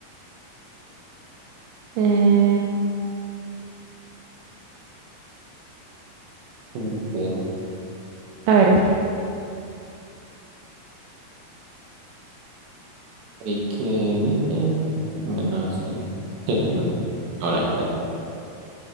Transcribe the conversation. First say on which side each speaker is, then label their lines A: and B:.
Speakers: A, on the right; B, on the right.
A: eh,
B: sí, creo.
A: a ver este.
B: ¿Y qué dice? Bueno, eso. <laughs> No, no, ahí está ya.